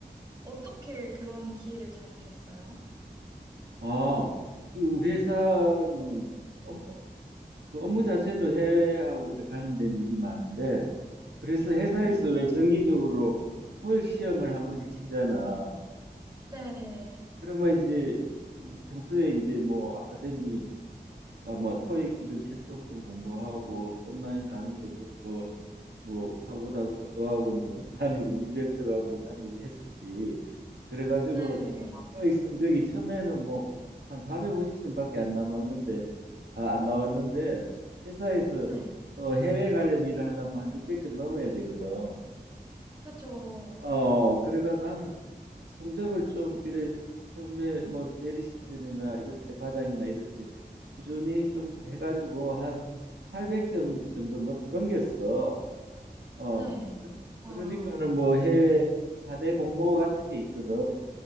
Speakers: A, on the right; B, on the right.
A: 어떻게 그런 기회를 잡으셨어요?
B: 아, 그 우리 회사는 업- 그 업무 자체도 해외하고 이렇게 관련된 일이 많은데 그래서 회사에서
A: 네.
B: 왜 정기적으로 토익 시험을 한 번씩 치잖아.
A: 네.
B: 그러면 이제 평소에 이제 뭐 아카데미 아뭐 토익 이런 책도 좀 공부하고 온라인 강의도 듣고 뭐 파고다 어학원도 좀 <laughs> 다니고 민병철학원도 다니고 했었지. 그래가지고
A: 네.
B: 토- 토익 성적이 처음에는 뭐 한 450점밖에 안 남았는데 아, 안 나왔는데 회사에서
A: 네.
B: 어, 해외 관련 일을 하려면 한 600개 넘어야 되거든.
A: 그쵸.
B: 어, 그래가 나는 성적을 좀 이래 처음에 뭐 대리 시즌이나 이럴 때 과장이나 이럴 때 꾸준히 좀 해가지고 한 800점 정도 넘, 넘겼어. 어,
A: 네.
B: 그,
A: 아.
B: 그러니까는 뭐 해외 사내 공모 같은 게 있거든.